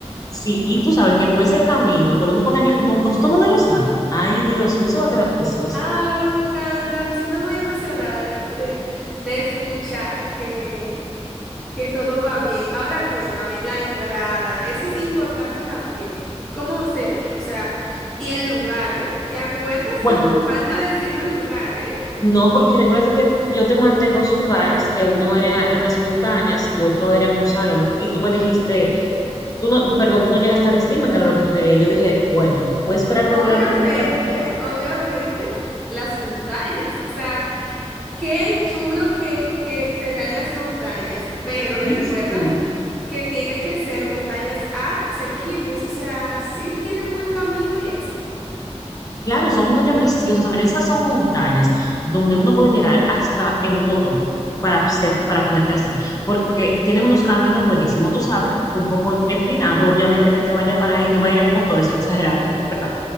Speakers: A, on the left (about 30°); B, in the centre.
A: sí, y tú sabes que con ese camino podemos ponerle como dos tonos de rosado. Ay, Dios, mío, eso va a quedar precioso.
B: Ay, me encanta, me siento muy emocionada de, de- de escuchar que, que todo va bien. Ahora cuéntame, la entrada, eso es importante también. ¿Cómo sería? O sea, y el lugar, ¿eh? ¿Te acuerdas
A: Bueno,
B: que te falta decirme el lugar, eh?
A: no, porque recuérdate que yo te mandé dos lugares, que uno era en las montañas y otro era en un salón, y tú me dijiste Tú no, perdón, tú no llegaste a decirme que era lo que tú querías. Yo dije, bueno, voy a esperar volver
B: Obviamente,
A: a hablar con ella para que ella me...
B: obviamente, las montañas. O sea, qué chulo que, que serán las montañas, pero recuerda
A: Ay, sí.
B: que tiene que ser montañas asequibles. O sea, sí tienen buen camino y eso.
A: Claro, son montañas preciosas. También esas son montañas donde uno puede llegar hasta en un motor para hacerte, para ponerte así. Porque tienen unos caminos buenísimos, tú sabes, un poco empinado. Obviamente que el que vaya para ahí no va a ir en un motor, estoy exagerando, ¿verdad?